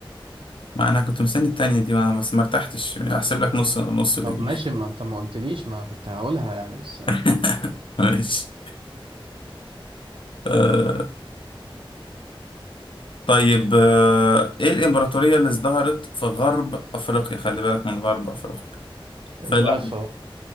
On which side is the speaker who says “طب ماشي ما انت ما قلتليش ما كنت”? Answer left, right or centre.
Right